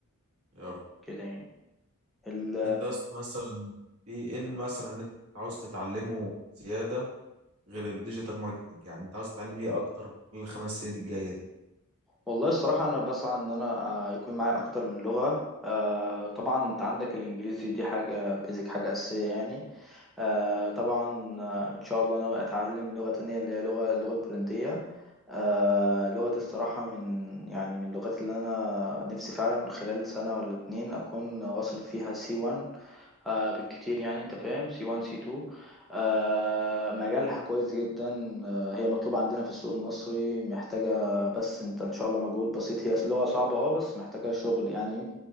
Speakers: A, on the right; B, in the centre.
A: يلا
B: كده يعني ال...
A: انت أصلاً مثلا في ايه اللي مثلا ان انت عاوز تتعلمه زيادة غير الديجيتال ماركتنج يعني انت عاوز تتعلم ايه اكتر خلال الخمس سنين الجاية دي
B: والله الصراحة أنا بسعى إن أنا آه، يكون معايا أكتر من لغة آه، طبعا أنت عندك الإنجليزي دي حاجة بيزك حاجة أساسية يعني آه طبعا آه، ان شاء الله ناوي اتعلم لغة تانية اللي هي لغة اللغة البولندية آه اللغة دي الصراحة من يعني من اللغات اللي انا نفسي فعلا خلال سنة ولا اتنين اكون واصل فيها سي 1 آه بالكتير يعني انت فاهم سي 1 سي 2 آه مجالها كويس جدا آه هي مطلوبة عندنا في السوق المصري محتاجة بس انت ان شاء الله مجهود بسيط هي لغة صعبة اه بس محتاجة شغل يعني